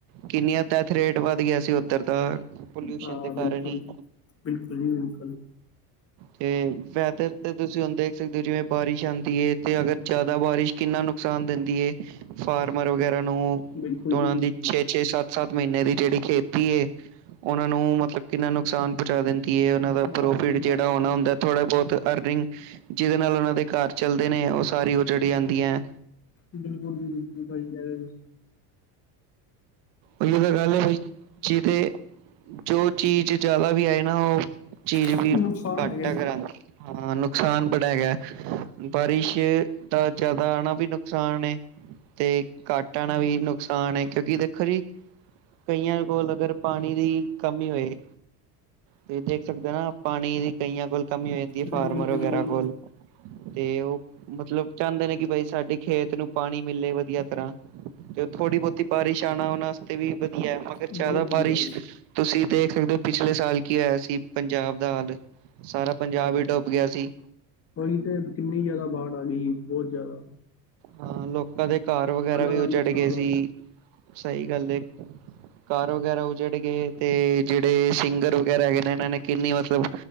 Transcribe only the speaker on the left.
ਹਾਂ
ਬਿਲਕੁਲ,
ਬਿਲਕੁਲ ਜੀ ਬਿਲਕੁਲ।
ਬਿਲਕੁਲ
ਜੀ ਬਿਲਕੁਲ।
ਨਾ
ਸਹੀ
ਗੱਲ
ਜੀ,
ਬਿਲਕੁਲ ਜੀ- ਬਿਲਕੁਲ, ਸਈ <unintelligible>
ਹੋ।
ਨੁਕਸਾਨ
ਹੈਗਾ ਜੀ।
ਬਿਲਕੁਲ,
ਬਿਲਕੁਲ
ਜੀ।
ਬਹੁਤ
ਵਧੀਆ
ਜੀ,
ਓਹੀ ਤੇ ਕਿੰਨੀ ਜ਼ਿਆਦਾ ਬਾੜ ਆ ਗਈ। ਜ ਬਹੁਤ ਜਿਆਦਾ
ਦਾ
ਨੁਕਸਾਨ
ਹੋਇਆ।